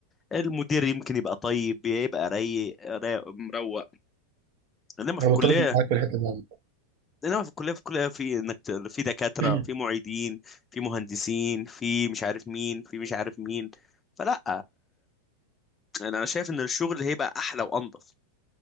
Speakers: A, on the left (about 20°); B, on the right (about 45°).
A: المدير يمكن يبقى طيب يبقى رايق رايق- مروق انما في
B: انا
A: الكليه
B: متفق معاك في الحته دي
A: انما في الكليه في الكليه في انك ت- في دكاتره
B: <clears throat>
A: في معيدين في مهندسين في مش عارف مين في مش عارف مين فلا يعني انا شايف ان الشغل هيبقى احلى وانضف